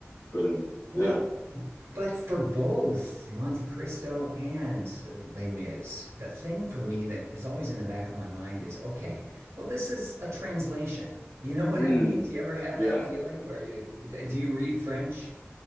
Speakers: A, on the left; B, on the right.
A: But um,
B: Well,
A: yeah,
B: But for both Monte Cristo and uh, Les Mis, the thing for me that is always in the back of my mind is, okay, well, this is a translation. You know <laughs> what
A: mm,
B: I mean? Do you ever have
A: yeah.
B: that feeling where you do you read French?